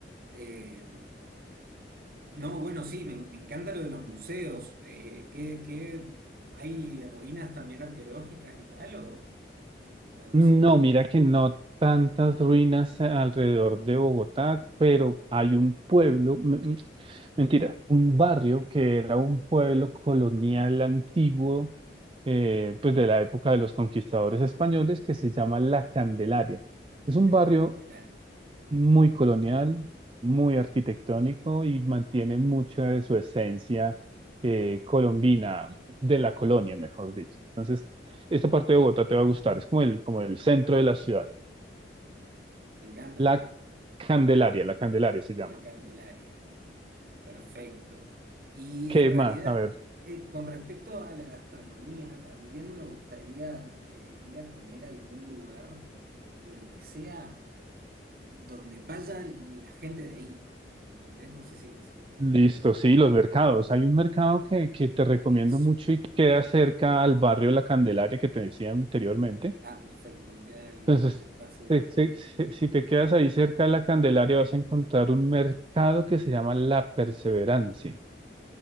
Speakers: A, on the right (about 50°); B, on the right (about 30°).
A: Eh, no, bueno, sí, me, me encanta lo de los museos. Eh, ¿qué- qué- hay ruinas también arqueológicas y tal? ¿O, o
B: No,
A: simplemente
B: mira que no tantas ruinas alrededor de Bogotá, pero hay un pueblo, m- m- mentira, un barrio que era un pueblo colonial antiguo, eh, pues de la época de los conquistadores españoles, que se llama La Candelaria. Es
A: la
B: un barrio
A: Candelaria?
B: muy colonial, muy arquitectónico y mantiene mucha de su esencia eh, colombina, de la colonia, mejor dicho. Entonces, esta parte de Bogotá te va a gustar, es como el, como el centro de la ciudad.
A: Me encanta,
B: La Candelaria, la Candelaria se llama.
A: la Candelaria. Perfecto. Y
B: ¿Qué
A: en realidad,
B: más? A ver,
A: eh, con respecto a la gastronomía, también me gustaría eh, ir a comer a algún lugar, pero que sea donde vaya la gente de ahí. ¿Entendés? No sé si, si...
B: listo, sí, los mercados. Hay un mercado que, que te recomiendo
A: Eso.
B: mucho y queda cerca al barrio La Candelaria que te decía anteriormente.
A: Ah, perfecto, me queda en el,
B: Entonces,
A: en el pase.
B: te- se- se- si te quedas ahí cerca de la Candelaria, vas a encontrar un mercado que se llama La Perseverancia.